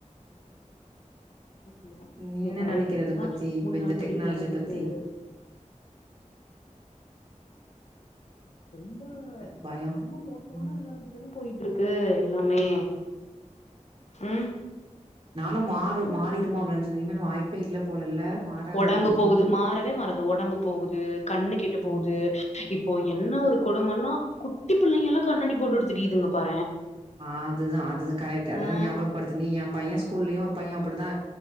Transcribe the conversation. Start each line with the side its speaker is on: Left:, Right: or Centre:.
Left: சரிமா அதேதான் அதேதான் நான்
Right: நீ
Left: ஏ
Right: என்ன
Left: பையன்
Right: நெனைக்கிற
Left: கிட்டல்லா
Right: இத பத்தி இப்ப
Left: முன்னாடி
Right: இந்த டெக்னாலஜிய
Left: நடந்தது
Right: பத்தி
Left: ரொம்ப
Right: ஒண்ணுமே இல்ல பயோ
Left: ரொம்ப மோசமான
Right: ம்
Left: நிலமைக்கு தானே போயிட்ருக்கு எல்லாமே
Right: ஆ
Left: உம்
Right: நானும் மாறும் மாறிடுமா அப்டின் நினச்சே இனிமேல் வாய்ப்பே இல்ல போலல்ல மாறாதுல்ல
Left: ஒடம்பு
Right: இது
Left: போகுது
Right: ஒண்ணுமே
Left: மாறவே மாறாது ஒடம்பு போகுது கண்ணு கெட்டு போகுது
Right: ம்
Left: இ ப்போ என்ன ஒரு கொடுமன்னா குட்டி பிள்ளைங்கெல்லா கண்ணாடி போட்டுட்டு திரியுதுங்க பா
Right: ஆதுதான் அதுதான் கரெக்ட் அதுதான்
Left: ஆ
Right: ஞாபகப்படுத்து நீ ஏம்பைய ஸ் கூல்லையு ஒரு பைய அப்டி தா